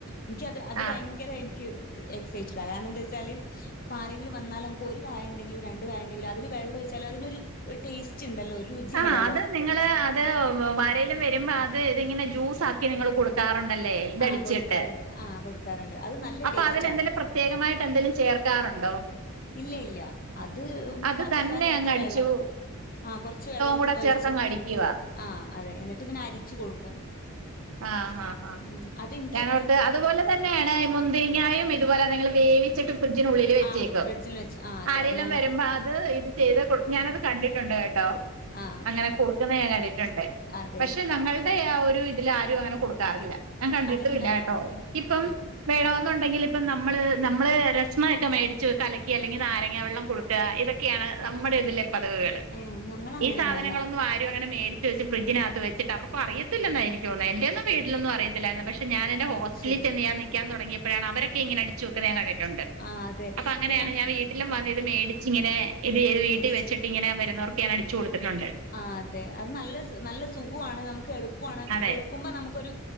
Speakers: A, on the left; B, on the right.
A: എനിക്ക്ത് അത്
B: ആഹ്
A: ഭയങ്കര എനിക്ക് എക്സൈറ്റഡാണ് കാരണം എന്താ വെച്ചാല്- ഇപ്പ ആരെങ്കിലും വന്നാല് നമുക്ക് ഒരു കായ ഇണ്ടെങ്കിലും രണ്ട് കായ ഇണ്ടെങ്കിലും അതില് വെള്ളം ഒഴിച്ചാൽ അതിനൊരു ടേസ്റ്റ് ഇ ണ്ടല്ലോ ഒരു- രുചിയുണ്ടല്ലോ
B: ആഹ് അത് നിങ്ങള് അത് ആരേലും വരുമ്പോ അത് ഇതിങ്ങനെ ജ്യൂസ് ആക്കി നിങ്ങള് കൊടുക്കാറുണ്ടല്ലേ ഇതടിച്ചിട്ട്
A: ആഹ് കൊടുക്കാറുണ്ട് ആഹ് കൊടുക്കാറുണ്ട് അത് നല്ല
B: അപ്പൊ
A: ടേസ്റ്റാ
B: അതിനെന്തേലും പ്രത്യേകമായിട്ട് എന്തേലും ചേർക്കാറുണ്ടോ
A: ഇല്ല ഇല്ല അത്
B: അത്
A: പഞ്ചസാരയിട്ട്
B: തന്നെ അങ്ങ് അടിച്ചു
A: വെള്ളം ആ കൊറച്ച് വെള്ളവും
B: കൂടെ
A: ഒഴിച്ച്
B: ചേർത്തങ്ങ് അടിക്കുവാ
A: ആഹ് അതെ എന്നിട്ട് പിന്നെ അരിച്ചു കൊടുക്കും
B: ആഹ് ആഹ് ആഹ്
A: ഉം അതെനിക്ക്
B: ഞാൻ അവിടുത്തെ അതുപോലെ- തന്നെയാണ് മുന്തിരിങ്ങായും ഇതുപോലെ നിങ്ങള് വേവിച്ചിട്ട്- ഫ്രിഡ്ജിനുള്ളിൽ വെച്ചേക്കും
A: ആ ഫ്രിഡ്ജിൽ വെച്ച് ആ അതെ
B: ആരെലും
A: ഞങ്ങൾ
B: വരുമ്പോ അത് ഇത്- ചെയ്ത് കൊടുത്ത് ഞാനത് കണ്ടിട്ടുണ്ട് കേട്ടോ
A: ആ
B: അങ്ങനെ കൊടുക്കുന്നത് ഞാൻ കണ്ടിട്ടുണ്ട്
A: അതെ
B: പക്ഷെ ഞങ്ങളുടെ ആ ഒരു ഇതില് - ആരും അങ്ങനെ കൊടുക്കാറില്ല ഞാൻ കണ്ടിട്ടും
A: അതെന്താ
B: ഇല്ല കേട്ടോ ഇപ്പം - വേണമെന്നുണ്ടെങ്കിൽ ഇപ്പം നമ്മള് നമ്മള് രസ്മയൊക്കെ മേടിച്ച് കലക്കി അല്ലെങ്കിൽ നാരങ്ങ വെള്ളം കൊടുക്ക- ഇതൊക്കെയാണ് നമ്മുടെ ഇതിലെ പതിവുകള്
A: ഏ ഞങ്ങളങ്ങനെയൊന്നല്ല
B: ഈ സാധനങ്ങളൊന്നും ആരും അങ്ങനെ മേടി- വേടിച്ചു വച്ച് ഫ്രഡ്ജിനകത്ത് വച്ചിട്ട് അവർക്ക് അറിയത്തില്ലന്ന എനിക്ക് തോന്നുന്നേ എന്റെ ഒന്നും വീട്ടിലൊന്നും അറിയത്തില്ല - യി പക്ഷെ ഞാൻന്റെ
A: ഓ
B: ഹോസ്റ്റലിൽ
A: അത് ശരി
B: ചെന്ന് ഞൻ നിൽക്കാൻ തുടങ്ങിയപ്പോഴാണ് അവരക്കെ ഇങ്ങനെ അ ചൂക്കനൻ കണ്ടിട്ടുണ്ട്
A: ആ അതെ
B: അപ്പൊ അങ്ങനെയാണങ്കി
A: ഇപ്പൊ ഞാ
B: ഞാൻ വീട്ടിലും വന്ന ഇത് മേടിച്ച് ഇങ്ങനെ ഇത് ഇത് വീട്ടിൽ
A: അടിച്ച്
B: വെച്ചട്ടിങ്ങനെ വരുന്നവർക്ക് ഞാൻ അടിച്ചു കൊടുത്തിട്ടുണ്ട്
A: ആഹ് അതെ അത് നല്ല നല്ല സുഖമാണ് നമുക്ക് എളുപ്പമാണ്
B: അതെ
A: ക്കുമ്പോം നമുക്കൊരു